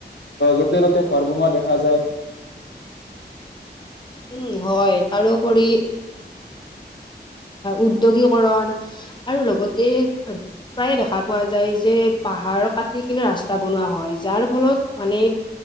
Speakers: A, on the left (about 80°); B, on the left (about 25°).
A: যতে ত'তে ঘৰ বনোৱা দেখা যায়
B: উম হয় তাৰ ওপৰি উদ্যোগীকৰণ আৰু লগতে প্ৰায়ে দেখা পোৱা যায় যে পাহাৰ কাটি কিনে ৰাস্তা বনোৱা হয় যাৰ ফলত মানে